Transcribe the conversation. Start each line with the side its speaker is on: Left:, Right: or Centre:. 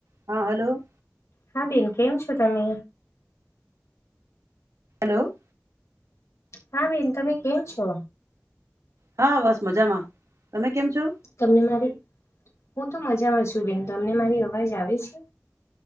Right: હા, હલો.
Left: હા, બેન કેમ છો તમે?
Right: હલો.
Left: હા, બેન તમે કેમ છો?
Right: હા, બસ મજામાં. તમે કેમ છો?
Left: તમને મારી, હું તો મજામાં છું બેન તમને મારી અવાજ આવે છે?